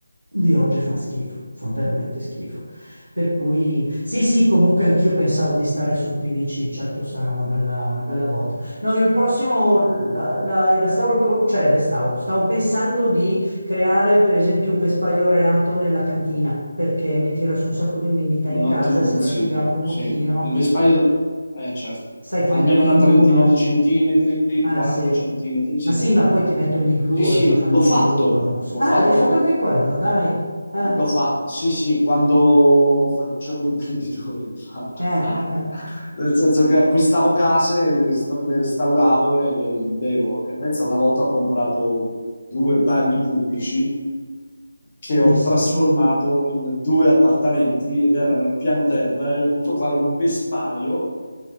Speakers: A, on the right; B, on the left.
A: di oggi fanno schifo, fanno veramente schifo. Per cui, sì, sì, comunque anch'io pensavo di stare sul PVC, certo sarà una bella, una bella botta. No, il prossimo, la- la- il restauro, che vo- cioè il restauro, stavo pensando di creare per esempio un vespaio reato nella cantina, perché mi tira su un sacco di umidità
B: Un
A: in casa
B: ottimo
A: e se
B: consiglio,
A: l'asciugavo un
B: sì.
A: pochino,
B: Il vespaio... do- Eh certo,
A: sai, ti
B: almeno
A: metto gli
B: una
A: glue,
B: trentina
A: no?
B: di centimetri,
A: Ah
B: 40
A: sì,
B: centimetri, sì.
A: ma sì, ma poi ti metto gli glue,
B: Sì, sì,
A: oggi
B: lo-
A: fanno
B: l'ho fatto,
A: gli glue e poi vanno su.
B: l'ho
A: Ah,
B: fatto
A: l'hai fatto anche quello, dai. Eh,
B: L'ho fatto, sì, sì, quando facevo l'imprenditore, l'ho fatto.
A: eh, eh, eh.
B: Nel senso che acquistavo case, le, rista- le restauravo e le rivendevo. E pensa, una volta ho comprato due bagni pubblici che
A: Pensa
B: ho trasformato
A: te.
B: in due appartamenti ed erano al piano terra e ho dovuto fare un vespaio